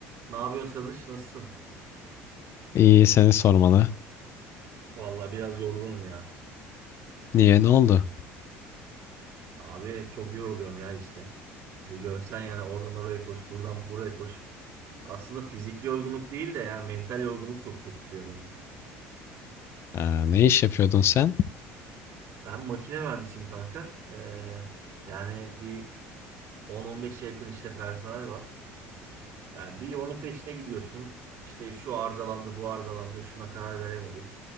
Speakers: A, on the right (about 50°); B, on the left (about 50°).
A: Ne yapıyorsun Salış? Nasılsın?
B: İyi seni sormalı.
A: Vallahi biraz yorgunum ya.
B: Niye ne oldu?
A: Abi çok yoruluyorum ya işte. Bir görsen yani oradan oraya koş, buradan buraya koş. Aslında fiziki yorgunluk değil de yani mental yorgunluk çok çöktürüyor adamı.
B: Ha, ne iş yapıyordun sen?
A: Ben makine mühendisiyim kanka. Ee, yani bir 10-15'e yakın işte personel var. Yani bir onun peşine gidiyorsun. İşte şu arızalandı, bu arızalandı, şuna karar veremedim.